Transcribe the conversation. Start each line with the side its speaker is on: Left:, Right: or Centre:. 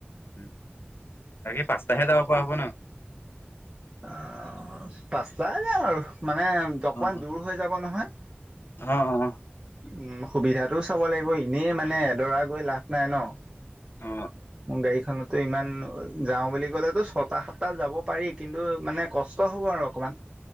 Left: উ বাকি পাঁচটাহে যাব পৰা হ'ব ন?
Right: অ', পাঁচটা যাম আৰু। মানে অকমান
Left: অ
Right: দূৰ হৈ যাব নহয়।
Left: অ অ অ
Right: উ সুবিধাতটোও চাব লাগিব এনেই মানে এডৰা গৈ লাভ নাই ন'।
Left: অ
Right: মোৰ গাড়ীখনতো ইমান যাওঁ বুলি ক'লেতো ছটা সাতটাত যাব পাৰি কিন্তু মানে কষ্ট হ'ব আৰু অকমান।